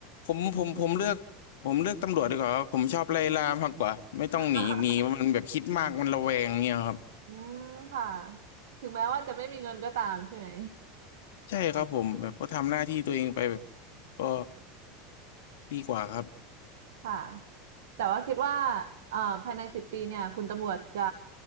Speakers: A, on the left (about 75°); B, on the right (about 80°).
A: ผมผมผมเลือกผมเลือกตำรวจดีกว่าครับผมชอบไล่ล่ามากกว่าไม่ต้องหนีหนีมันแบบคิดมากมันระแวงเนี่ยครับ
B: <laughs> อืมค่ะถึงแม้ว่าจะไม่มีเงินก็ตามใช่ไหม
A: ใช่ครับผมแบบก็ทำหน้าที่ตัวเองไปแบบก็ดีกว่าครับ
B: ค่ะแต่ว่าคิดว่าเอ่อภายในสิบปีเนี่ยคุณตำรวจจะ